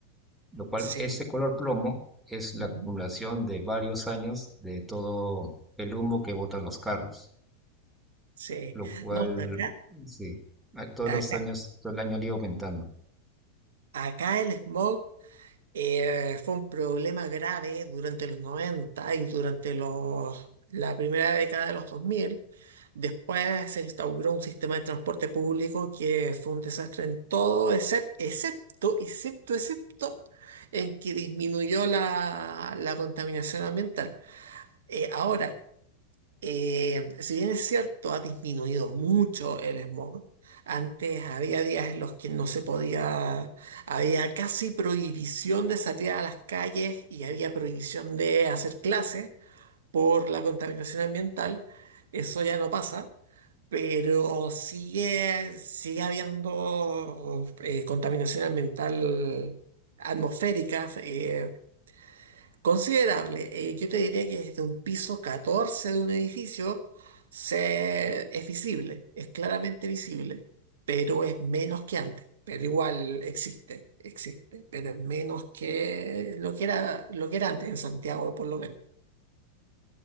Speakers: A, in the centre; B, on the right.
A: lo cual
B: Sí,
A: ese color plomo es la
B: ujú,
A: acumulación de varios años de todo el humo que botan los carros,
B: sí.
A: lo cual,
B: No, acá,
A: sí, a- todos
B: acá,
A: los años, todo el año le iba aumentando.
B: acá el smog. Eh, fue un problema grave durante los 90 y durante los, la primera década de los 2000. Después se instauró un sistema de transporte público que fue un desastre en todo, excep- excepto, excepto, excepto, en que disminuyó la, la contaminación ambiental. Eh, ahora, eh, si bien es cierto, ha disminuido mucho el smog. Antes había días en los que no se podía, había casi prohibición de salir a las calles y había prohibición de hacer clases por la contaminación ambiental. Eso ya no pasa, pero sigue, sigue habiendo eh, contaminación ambiental atmosférica. eh, Considerable. Eh, yo te diría que desde un piso 14 de un edificio se, es visible, es claramente visible, pero es menos que antes. Pero igual existe, existe, pero es menos que lo que era, lo que era antes en Santiago, por lo menos.